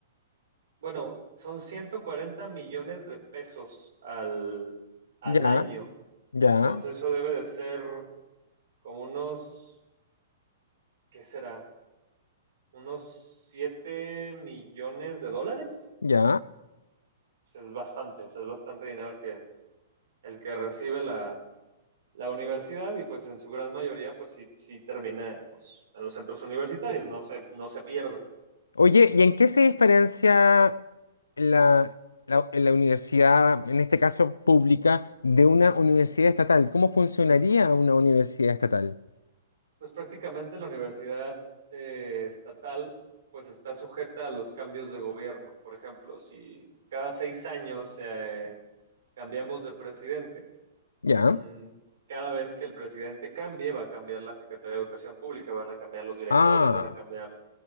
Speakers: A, on the right; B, on the left.
A: Bueno, son 140 millones de pesos al, al
B: ¿ya?
A: año.
B: ¿Ya?
A: Entonces eso debe de ser como unos, ¿qué será? Unos siete millones de dólares.
B: ¿Ya?
A: Pues es bastante, o sea, es bastante dinero el que, el que recibe la, la universidad y pues en su gran mayoría pues sí, sí termina en los, en los centros universitarios, no se, no se pierde.
B: Oye, ¿y en qué se diferencia la, la, la universidad, en este caso pública, de una universidad estatal? ¿Cómo funcionaría una universidad estatal?
A: Pues prácticamente la universidad eh, estatal pues está sujeta a los cambios de gobierno. Por ejemplo, si cada seis años eh, cambiamos de presidente,
B: ¿Ya?
A: mm, cada vez que el presidente cambie va a cambiar la Secretaría de Educación Pública, van a cambiar los directores,
B: Ah,
A: van a cambiar.